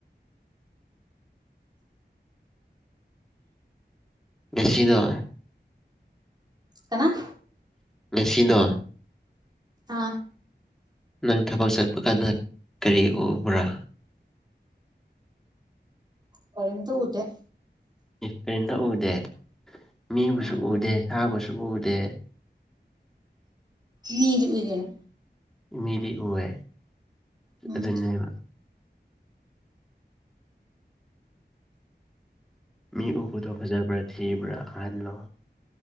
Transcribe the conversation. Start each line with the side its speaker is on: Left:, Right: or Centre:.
Centre: ꯁꯤꯗ
Right: ꯀꯅꯥ
Centre: ꯁꯤꯗ
Right: ꯑꯥ
Centre: ꯅꯪ ꯊꯕꯛ ꯆꯠꯄ ꯀꯥꯟꯗ ꯀꯔꯤ ꯎꯕ꯭ꯔꯥ
Right: ꯀꯔ ꯇ ꯎꯗꯦ
Centre: ꯀꯔꯤꯝꯇ ꯎꯗꯦ ꯃꯤꯕꯨꯁꯨ
Right: ꯎꯝ
Centre: ꯎꯗꯦ ꯁꯥꯕꯨꯁꯨ ꯎꯗꯦ
Right: ꯃꯤꯔ ꯑꯣꯏꯒꯅ
Centre: ꯏ ꯃꯗꯤ ꯑꯣꯋꯦ
Right: ꯎꯝ
Centre: ꯑꯗꯨꯗꯕ ꯃꯤ ꯎꯕꯗꯣ ꯐꯖꯕ꯭ꯔꯥ ꯊꯤꯕ꯭ꯔꯥ ꯑꯍꯜꯂꯣ